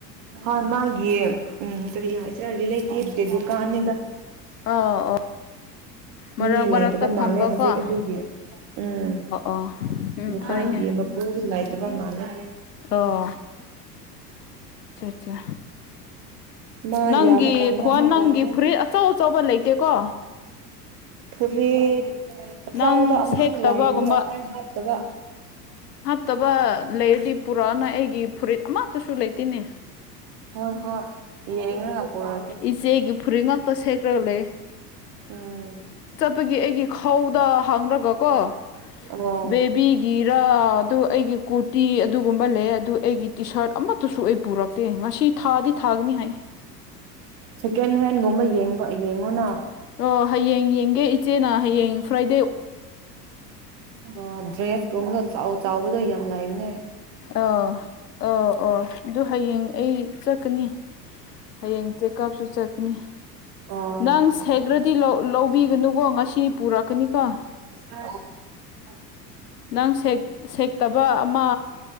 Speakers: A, on the right (about 40°); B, on the left (about 70°).
A: ꯍꯣꯏ ꯃꯥ ꯌꯦ ꯎꯝꯁꯔꯤꯂꯦꯇꯤꯚ ꯗꯨꯀꯥꯟ
B: ꯑꯣ ꯑꯣ ꯃꯔꯛ
A: ꯃꯤ
B: ꯃꯔꯛꯇ
A: ꯂꯩꯥꯏꯇꯕ
B: ꯐꯝꯕꯀꯣ
A: ꯃꯥꯜꯂꯦ ꯍꯧꯖꯤꯛ
B: ꯑꯣ
A: ꯑꯗꯨꯒꯤ ꯎꯝ
B: ꯑꯣ ꯎꯝ
A: ꯗꯨꯀꯥꯟꯒꯤ
B: ꯐꯩꯅꯦ
A: ꯃꯄꯨꯗꯨ ꯂꯩꯇꯕ ꯃꯥꯂ
B: ꯑꯣ ꯑꯆꯥ ꯑꯆꯥ
A: ꯃꯥ
B: ꯅꯪꯒꯤ
A: ꯌꯥꯕ ꯀꯥꯟꯗ
B: ꯈꯣꯟ
A: ꯃꯂꯀ
B: ꯅꯪꯒꯤ ꯐꯨꯔꯤꯠ ꯑꯆꯧ ꯑꯆꯧꯕ ꯂꯩꯇꯦꯀꯣ
A: ꯐꯣꯔꯦꯠ ꯑꯆꯕ
B: ꯅꯪ
A: ꯑꯃꯗꯤ
B: ꯁꯦꯠꯇꯕꯒꯨꯝꯕ
A: ꯂꯥꯏꯕꯅꯦ ꯑꯩ ꯍꯥꯞꯇꯕ
B: ꯐꯠꯇꯕ ꯂꯩꯔꯗꯤ ꯄꯨꯔꯛꯅ ꯑꯩꯒꯤ ꯐꯨꯔꯤꯠ ꯑꯃꯠꯇꯁꯨ ꯂꯩꯇꯦꯅꯦ
A: ꯍ ꯍꯣꯏ ꯌꯦꯉ ꯄꯨꯔ
B: ꯏꯆꯦꯒꯤ ꯐꯨꯔꯤꯠ ꯉꯥꯛꯇ ꯁꯦꯠꯈ꯭ꯔꯒ ꯂꯩ
A: ꯎꯝ
B: ꯒꯤ ꯑꯩꯒꯤ ꯐꯧꯗ ꯍꯥꯡꯔꯒꯀꯣ
A: ꯑꯣ
B: ꯕꯦꯕꯤꯒꯤꯔꯥ ꯑꯗꯨ ꯑꯩꯒꯤ ꯀꯨꯠ ꯇꯤ ꯑꯗꯨꯒꯨꯝꯕ ꯂꯩ ꯑꯗꯨ ꯑꯩꯒꯤ ꯇꯤ ꯁꯥꯔꯠ ꯑꯃꯠꯇꯁꯨ ꯑꯩ ꯄꯨꯔꯛꯇꯦ ꯉꯁꯤ ꯊꯥꯗꯤ ꯊꯥꯒꯅꯤ ꯍꯥꯏ
A: ꯁꯦꯀꯦꯟ ꯍꯦꯟ ꯅꯣꯡꯃ ꯌꯦꯡꯉ ꯌꯦꯡꯉꯨꯅ
B: ꯑꯣ ꯍꯌꯦꯡ ꯌꯦꯡꯒꯦ ꯏꯆꯦꯅ ꯍꯌꯦꯡ ꯐ꯭ꯔꯥꯏ
A: ꯑ ꯗ꯭ꯔꯦꯁ ꯀ ꯆ ꯆ ꯑꯗ ꯌꯥꯝ ꯂꯥꯏꯏꯕꯅꯦ
B: ꯑ ꯑ ꯑꯣ ꯑꯗꯨ ꯍꯌꯦꯡ ꯑꯩ ꯆꯠꯀꯅꯤ ꯍꯌꯦꯡ ꯆꯦꯛꯑꯞꯁꯨ ꯆꯠꯀꯅꯤ
A: ꯑ
B: ꯅꯪ ꯁꯦꯒ꯭ꯔꯗꯤ ꯂꯧꯕꯤꯒꯅꯨꯀꯣ
A: ꯑꯣ
B: ꯉꯁꯤ ꯄꯨꯔꯛꯀꯅꯤꯀꯣ ꯅꯪ ꯁꯦꯛꯇꯕ ꯑꯃ